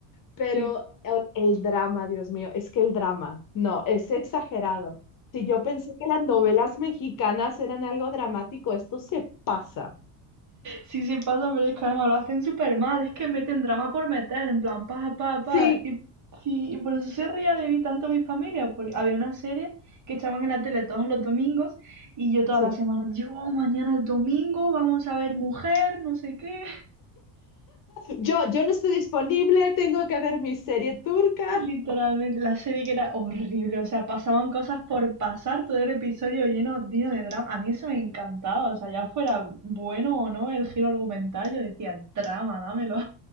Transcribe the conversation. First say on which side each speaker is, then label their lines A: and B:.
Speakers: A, on the left (about 40°); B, on the right (about 35°).
A: pero
B: Sí.
A: el, el drama, Dios mío, es que el drama, no, es exagerado. Si yo pensé que las novelas mexicanas eran algo dramático, esto se pasa.
B: Sí se pasa, pero es que además lo hacen súper mal. Es que meten drama por meter, en plan, pa, pa,
A: Sí,
B: pa. Y, sí, y por eso se ría de mí tanto mi familia. Porque había una serie que echaban en la tele todos los domingos y yo todas
A: sí.
B: las semanas, yo, mañana es domingo, vamos a ver mujer, no sé qué.
A: Yo, yo no estoy disponible, tengo que ver mi serie turca.
B: Literalmente, la serie que era horrible. O sea, pasaban cosas por pasar, todo el episodio lleno, lleno de drama. A mí eso me encantaba. O sea, ya fuera bueno o no el giro argumental, yo decía, drama, dámelo.